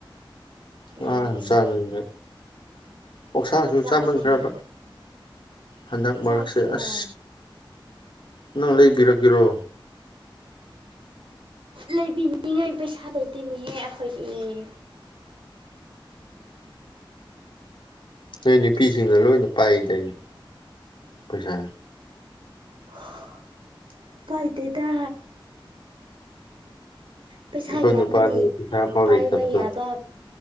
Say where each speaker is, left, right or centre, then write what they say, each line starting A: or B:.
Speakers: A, on the left; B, on the right.
A: ꯉꯥꯁꯨ
B: ꯑꯦ
A: ꯆꯥꯅꯤꯡ ꯑꯣꯛꯁꯥꯁꯨ
B: ꯆꯥꯁꯤꯅ
A: ꯆꯥꯃꯟꯈ꯭ꯔꯕ ꯍꯟꯗꯛ ꯃꯔꯛꯁꯦ
B: ꯆꯥꯁꯤꯅ
A: ꯑꯁ ꯅꯪ ꯂꯩꯕꯤꯔꯛꯀꯦꯔꯣ
B: ꯂꯩꯕꯤꯅꯤꯉꯥꯏ ꯄꯩꯁꯥ ꯂꯩꯇꯦꯅꯦꯍꯦ ꯑꯩꯈꯣꯏꯗꯤ
A: ꯅꯣꯏ ꯅꯨꯄꯤꯁꯤꯡꯅ ꯂꯣꯏꯅ ꯄꯥꯏꯗꯣꯏꯅꯤ ꯄꯩꯁꯥ
B: <inaudible> ꯄꯥꯏꯗꯦꯗ ꯄꯩꯁꯥꯒꯤ
A: ꯑꯩꯈꯣꯏ ꯅꯨꯄꯥꯗꯤ
B: ꯑꯃꯗꯤ
A: ꯄꯩꯁꯥ ꯑꯝꯐꯥꯎ
B: ꯄꯥꯏꯕ
A: ꯂꯩꯇꯕꯗꯣ
B: ꯌꯥꯕ